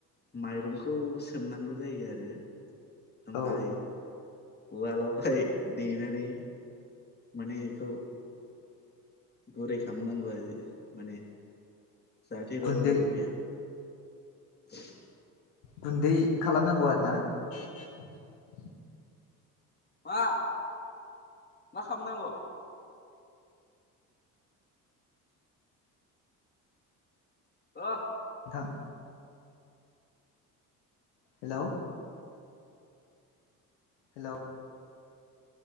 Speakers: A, on the left; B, on the left.
A: माइरंखौ सोमनांगौ जायो आरो ओमफाय
B: औ
A: उवालाव फाय देनानै माने एखौ गुरै खामनांगौ आरोजि माने जाहाथे
B: गुन्दै
A: रग' रग' थाया <unintelligible>
B: गुन्दै खालामनांगौ <unintelligible>
A: मा मा खामनांगौ ओ
B: थां हेलौ हेलौ